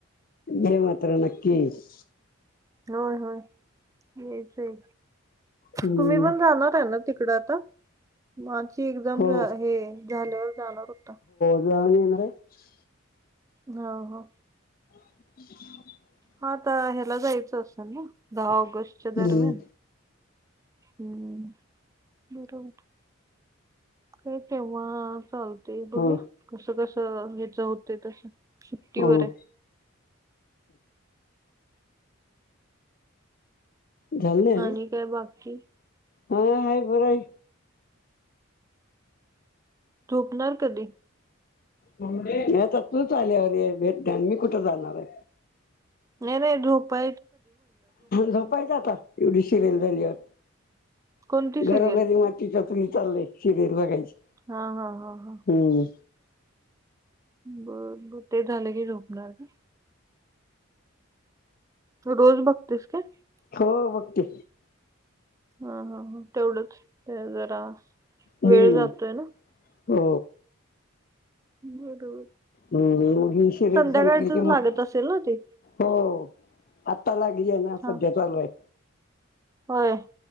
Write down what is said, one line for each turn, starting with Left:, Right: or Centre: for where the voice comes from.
Left: हे मात्र नक्कीच.
Right: होय होय, यायच आहे.
Left: हम्म
Right: तुम्ही पण जाणार आहे ना तिकड आता? माझी एक्झाम
Left: हो
Right: झा हे झाल्यावर जाणार होता.
Left: <unintelligible>
Right: हो हो.
Left: <inaudible>
Right: हा, आता ह्याला जायचं असल ना, दहा ऑगस्टच्या दरम्यान
Left: हम्म
Right: हम्म! बरोबर. काय तेव्हा चालत ते बघूया
Left: हा
Right: कसं कसं हेच होतय तस, सुट्टीवर
Left: हा
Right: आहे.
Left: झाल
Right: आहे
Left: नाही,
Right: आणि काय बाकी
Left: हो हाय बरं आहे
Right: झोपणार कधी?
Left: म आ तूच आल्यावर <unintelligible> मी कुठे जाणार आहे?
Right: नाही नाही, झोपा
Left: झोपायचं आता, एवढी सिरेल झाल्यावर
Right: कोणती
Left: घरोघरी
Right: सिरियल
Left: मातीच्या चुली चाललय, शिरीयल बघायची.
Right: हा हा हा हा.
Left: हम्म
Right: बर बर, ते झालं की झोपणार काय? रोज बघतेस काय?
Left: हो बघते.
Right: हा हा, तेवढंच ते जरा,
Left: हम्म
Right: वेळ जातोय ना.
Left: हो.
Right: बरोबर
Left: हम्! ही सिरीयल
Right: संध्याकाळचच
Left: संपली कि मग
Right: लागत असेल ना ते
Left: हो, आत्ता लागली आहे ना,
Right: हा
Left: सध्या चालू आहे.
Right: होय